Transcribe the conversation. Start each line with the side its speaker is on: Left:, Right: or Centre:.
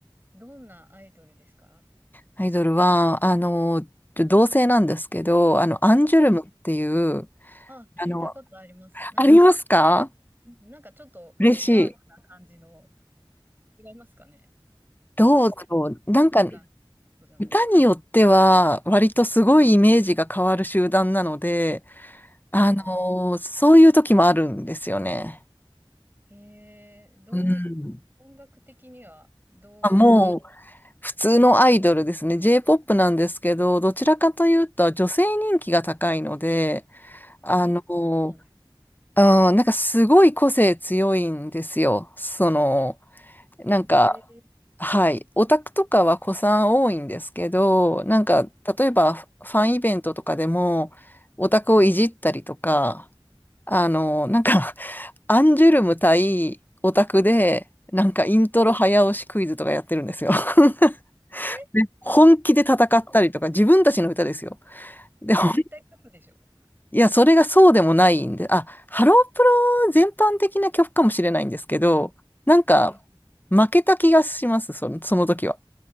Right: どんなアイドルですか
Left: アイドルは、あの同性なんですけど、あの、アンジュルムっていう、
Right: はい。あ、聞いたことあります。
Left: あの、
Right: なんか、
Left: ありますか
Right: うんなんかちょっとダークな感じの、
Left: 嬉しい。
Right: 違いますかね
Left: どうだろう。
Right: なんかく黒い感
Left: なんか、
Right: じじゃないですか。
Left: 歌によっては、割とすごいイメージが変わる集団なので、
Right: そうなんですね。
Left: あのーそういう時もあるんですよね。
Right: へえ、どう、
Left: うん。
Right: 音楽的にはどういう系
Left: あ、もう、普通のアイドルですね。J-POP なんですけど、どちらかというと、女性人気が高いので、あのー
Right: あ、そうなんです。
Left: あーなんかすごい個性強いんですよ。その、なんか、
Right: へえ、
Left: はい。オタクとかは子さん多いんですけど、なんか、例えばファンイベントとかでも、オタクをいじったりとか、あの、なんか、<laughs> アンジュルム対オタクで、なんかイントロ早押しクイズとかやってるんですよ。
Right: まあ
Left: <laughs>
Right: えー、
Left: で本気で戦ったりとか、
Right: お
Left: 自分たちの歌ですよ。でも、
Right: まあ絶対勝つでしょ
Left: ほんいや、それがそうでもないんで、あ、ハロープロ全般的な曲かもしれないんですけど、なんか、
Right: う。うん。
Left: 負けた気がします、その、その時は。